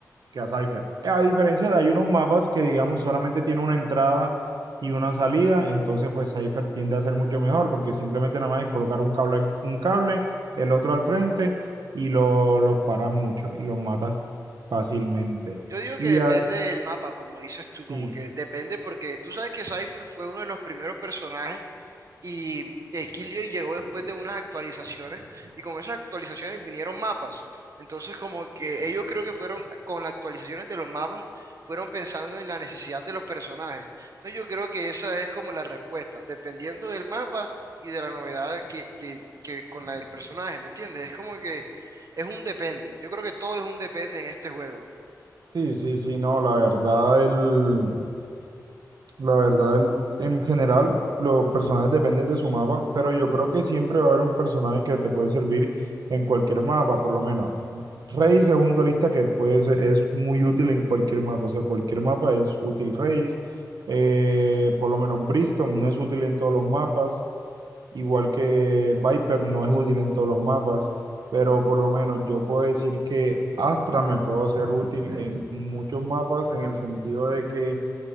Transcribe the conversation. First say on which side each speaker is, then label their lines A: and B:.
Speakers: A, on the right; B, on the right.
A: que a Cypher. A diferencia de hay unos mapas que, digamos, solamente tiene una entrada y una salida, entonces pues Cypher tiende a ser mucho mejor porque simplemente nada más es colocar un cable, un cable el otro al frente y lo, los paras mucho y los matas fácilmente.
B: Yo digo que
A: Y
B: depende
A: así,
B: del mapa, como dices tú, como
A: sí,
B: que depende porque tú sabes que Cypher fue uno de los primeros personajes Y Equilio llegó después de unas actualizaciones y con esas actualizaciones vinieron mapas. Entonces como que ellos creo que fueron con las actualizaciones de los mapas, fueron pensando en la necesidad de los personajes. Entonces yo creo que esa es como la respuesta, dependiendo del mapa y de la novedad que, que, que con la del personaje, ¿me entiendes? Es como que es un depende. Yo creo que todo es un depende en este juego.
A: sí, sí, sí, no, la verdad, el, La verdad, el- en general, los personajes dependen de su mapa, pero yo creo que siempre va a haber un personaje que te puede servir en cualquier mapa, por lo menos. Raze es un duelista que puede ser, es muy útil en cualquier mapa, o sea, cualquier mapa es útil Raze. Eh, por lo menos Briston no es útil en todos los mapas, igual que Viper no es útil en todos los mapas, pero por lo menos yo puedo decir que Astra me puedo ser útil en muchos mapas en el sentido de que